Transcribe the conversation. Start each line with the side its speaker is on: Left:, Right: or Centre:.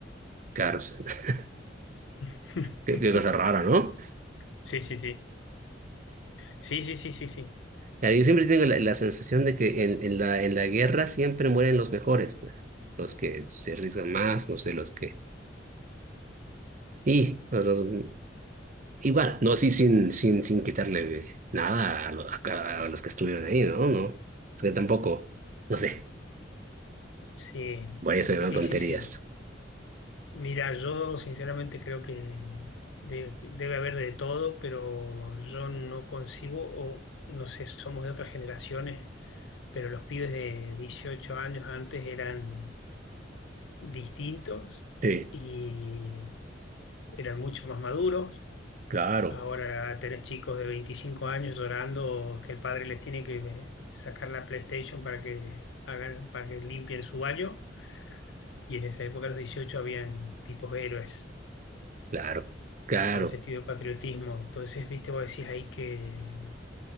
Right: Claro, o sea, <laughs>
Left: <laughs>
Right: qué, qué cosa rara, ¿no?
Left: Sí, sí, sí. Sí, sí, sí, sí, sí.
Right: Claro, yo siempre tengo la, la sensación de que en, en la, en la guerra siempre mueren los mejores, pues, los que se arriesgan más, no sé, los que... Y, pues, los- igual, no así sin, sin, sin quitarle nada a, lo- a- a los que estuvieron ahí, ¿no? No, o sea, tampoco, no sé,
Left: Sí,
Right: por eso eran
Left: sí,
Right: tonterías.
Left: sí, sí. Mira, yo sinceramente creo que de- debe haber de todo, pero yo no concibo, o no sé, somos de otras generaciones, pero los pibes de 18 años antes eran distintos
Right: Sí,
Left: y eran mucho más maduros
Right: claro,
Left: Ahora tenés chicos de 25 años llorando que el padre les tiene que eh, sacar la PlayStation para que hagan, para que limpien su baño. Y en esa época, a los 18, habían tipos héroes
Right: claro, claro,
Left: con ese estilo de patriotismo. Entonces, viste, vos decís ahí que